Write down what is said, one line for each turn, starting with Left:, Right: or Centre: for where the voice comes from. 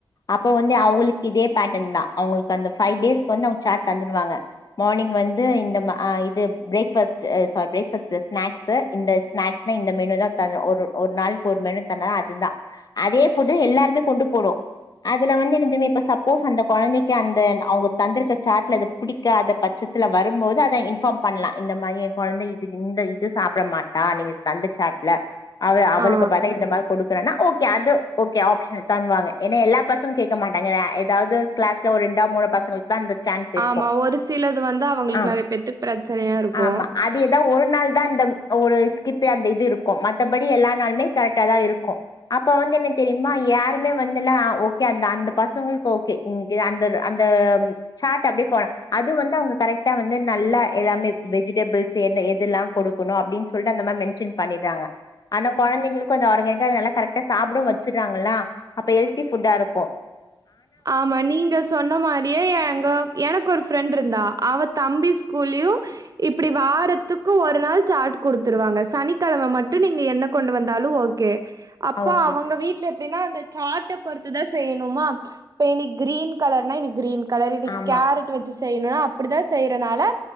Left: அப்போ வந்து அவளுக் இதே பேட்டன் தா அவுங்கள்க் அந்த ஃபை டேஸ்க் வந்து அவுங் சாட் தந்துருவாங்க மார்னிங் வந்து இந்த மா அ இது பிரேக்ஃபஸ்ட்டு அ சாரி பிரேக்ஃபஸ்ட்ல்ல ஸ்நாக்ஸு இந்த ஸ்நாக்ஸ்னா இந்த மெனு தா தர்ணு ஒரு ஒரு நாளைக் ஒரு மெனு தந்தா அது தா அதே ஃபுட்டு எல்லார்மே கொண்டு போணு அதுல வந்து என்னந்தெரிமா இப்ப சப்போஸ் அந்த கொழந்தைக்கு அந்த அவங்க தந்திருக்க சாட்ல அது பிடிக் காத பட்சத்துல வரும்போது அத இன்ஃபாம் பண்லா இந்த மாதிரி எ கொழந்த இது இந்த இது சாப்ட மாட்டா நீங்க தந்த சாட்ல அவ அவளுக்கு
Right: ஆ.
Left: பதில் இந்த மாரி குடுக் கறன்னா ஓகே அது ஓகே ஆப்ஷனல் தந்வாங்க ஏனா எல்லா பசுங் கேக்க மாட்டாங்க ஏ எதாவ்து கிளாஸ்ல ஒரு ரெண்டோ மூனோ பசங்கள்க் தா அந்த சான்ஸ் இருக்கும்
Right: ஆமா ஒரு சிலது வந்து அவுங்களுக்
Left: ஆ
Right: நெறைய பேத்துக் பிரச்சனையா இருக்கு
Left: ஆமா அது எதா ஒரு நாள் தா அந்த ஒரு ஸ்கிப்பே அந்த இது இருக்கு மத்தபடி எல்லா நாள்மே கரெக்ட்டா தா இருக்கு அப்ப வந்து என்னந்தெரியிமா யாருமே வந்துல்லா ஓகே அந்த அந்த பசங்கள்க் ஓகே இன்க்லயோ அந்தது அந்த சாட் அப்டே ஃபோலா அது வந்து அவுங்க கரெக்ட்டா வந்து நல்லா எல்லாமே வெஜிடபிள்ஸு என்ன எதெல்லா கொடுக்கணு அப்டின் சொல்ட்டு அந்த மேம் மென்ஷன் பண்ணிட்றாங்க ஆனா கொழந்தைங்களுக்கு அந்த ஆரஞ்சு எங்க அது நல்லா கரட்டா சாப்டவு வச்சிர்றாங்களா அப்ப ஹெல்தி ஃபுட்டாருக்கு
Right: ஆமா நீங்க சொன்ன மாரியே எங்க எனக்கு ஒரு ஃப்ரெண்ட் இருந்தா அவத் தம்பிச் குலிவ் இப்டி வாரத்துக்கு ஒரு நாள் சார்ட் குடுத்துருவாங்க சனிக்கெழம மட்டு நீங்க என்ன கொண்டு வந்தாலு ஓக் கே அப்ப
Left: ஓகே
Right: அவங்க வீட்ல எப்டினா அந்தச் சார்ட்டப் பொறுத்துதா செய்ணுமா இப்ப இனிக் கிரீன் கலர்னா இனிக் கிரீன் கலர் இனிக்
Left: ஆமா
Right: கேரட் வெச்சுச் செய்ணுனா அப்டிதா செய்றனால